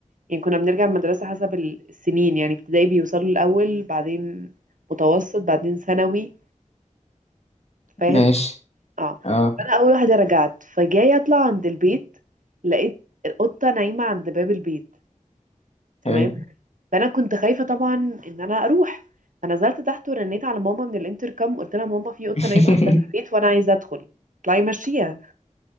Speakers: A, on the right; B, on the left.
A: يعني كنا بنرجع من المدرسة حسب ال- السنين يعني ابتدائي بيوصلوا الأول بعدين متوسط بعدين ثانوي فاهم
B: ماشي
A: اه
B: اه
A: فانا اول واحده رجعت فجاي اطلع عند البيت لقيت القطه نايمه عند باب البيت تمام
B: حلو
A: فانا كنت خايفه طبعا ان انا اروح فنزلت تحت ورنيت على ماما من الانتركم قلت لها ماما في قطه
B: <laughs>
A: نايمه عند باب البيت وانا عايزه ادخل اطلعي مشيها